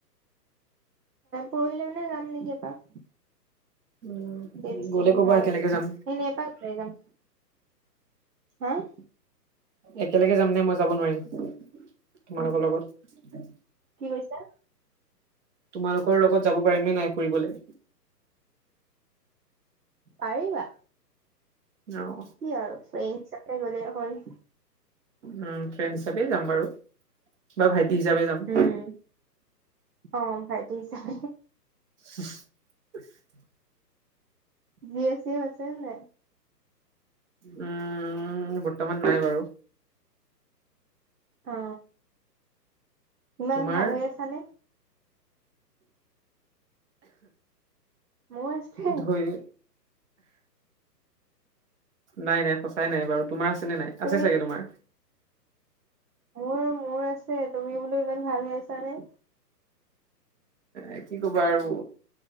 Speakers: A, on the right; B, on the right.
A: পৰহিলে মানে যাম নেকি এপাক
B: উ
A: দেৱী সিং
B: গ'লে ক'বা
A: ঘাট
B: একেলগে যাম
A: এনে এপাক ওলাই যাম। হা
B: একেলগে যাম নে মই যাব নোৱাৰিম তোমালোকৰ লগত
A: কি কৈছা
B: তোমালোকৰ লগত যাব পাৰিম নে নাই ফুৰিবলৈ
A: পাৰিবা
B: অ
A: কি আৰু ফ্ৰেণ্ড হিচাপে গ'লে হল
B: উম ফ্ৰেণ্ড হিচাপে যাম বাৰু বা ভাইটি হিচাপে যাম
A: উম অ ভাইটি হিচাপে
B: উ <inaudible>
A: জিয়েপ চিয়েপ আছে নে
B: উম বৰ্তমান নাই বাৰু
A: অ ইমান
B: তোমাৰ
A: ভাল হৈ আছানে মোৰ আছে
B: ধই নাই নাই সঁচাই নাই বাৰু তোমাৰ আছে নে নাই
A: তুমি
B: আছে চাগে তোমাৰ।
A: মোৰ মোৰ আছে তুমি বোলো ইমান ভাল হৈ আছা নে?
B: এ কি কবা আৰু